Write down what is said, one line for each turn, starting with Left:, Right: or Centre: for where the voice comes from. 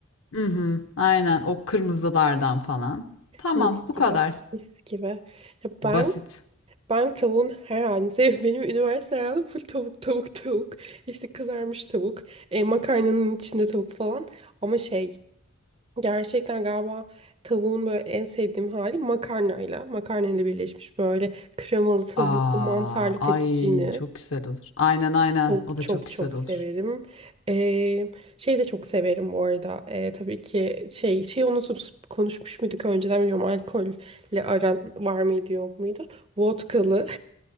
Left: Hı hı, aynen o kırmızılardan falan. Tamam
Right: Mis
Left: bu
Right: gibi.
Left: kadar.
Right: Mis gibi. Ya
Left: Basit.
Right: ben Ben tavuğun her halini seviyorum. Benim üniversite hayatım full tavuk tavuk tavuk. İşte kızarmış tavuk. E, makarnanın içinde tavuk falan. Ama şey gerçekten galiba tavuğun böyle en sevdiğim hali makarnayla. Makarnayla birleşmiş böyle kremalı tavuklu
Left: Aa,
Right: mantarlı fettuccine.
Left: ay çok güzel olur. Aynen aynen
Right: Çok
Left: o da
Right: çok
Left: çok güzel
Right: çok
Left: olur.
Right: severim. E, şey de çok severim bu arada. E, tabii ki şey şey unutup konuşmuş muyduk önceden bilmiyorum alkolle aran var mıydı yok muydu? Vodkalı